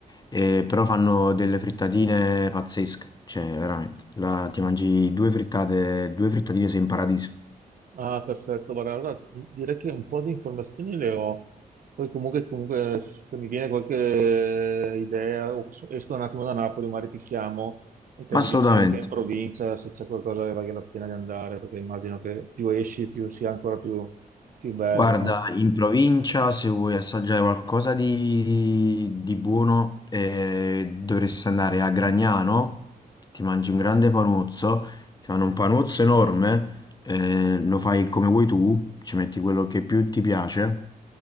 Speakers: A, on the left (about 25°); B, on the right (about 60°).
A: eh, però fanno delle frittatine pazzesche, cioè veramente, la- ti mangi due frittate, due frittatine sei in paradiso,
B: Ah, perfetto, guarda, allora di- direi che un po' di informazioni le ho, poi comunque, comunque se mi viene qualche idea, o so- esco un attimo da Napoli, magari ti chiamo e te
A: Mm.
B: mi
A: assolutamente.
B: dici anche in provincia se c'è qualcosa che vale la pena di andare, perché immagino che più esci più sia ancora più, più bello,
A: Guarda,
B: no?
A: in provincia se vuoi assaggiare qualcosa di, di buono eh, dovresti andare a Gragnano, ti mangi un grande panuzzo, ti fanno un panuzzo enorme, eh, lo fai come vuoi tu, ci metti quello che più ti piace